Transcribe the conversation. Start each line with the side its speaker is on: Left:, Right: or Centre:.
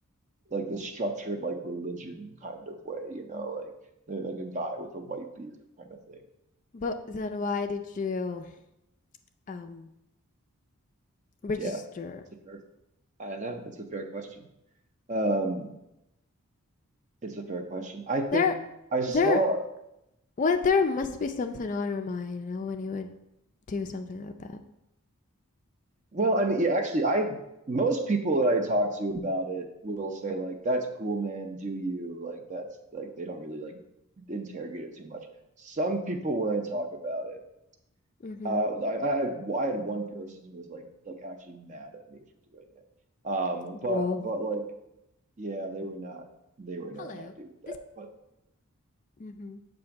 Right: like the structured like religion kind of way, you know, like they're like a guy with a white beard kind of thing.
Left: But then why did you um register?
Right: Yeah, it's a fair. I know it's a fair question. Um, it's a fair question. I think
Left: There
Right: I saw.
Left: there well, there must be something on your mind, you know, when you would do something like that.
Right: Well, I mean, yeah, actually, I most people that I talk to about it will say like, "That's cool, man. Do you like that's like they don't really like interrogate it too much." Some people, when I talk about it,
Left: Mm-hmm.
Right: uh, I I had, I had one person who was like like actually mad at me for doing it. Um,
Left: Whoa.
Right: but but like yeah, they were not they were
Left: Hello.
Right: not happy with that.
Left: This
Right: But
Left: Mm-hmm.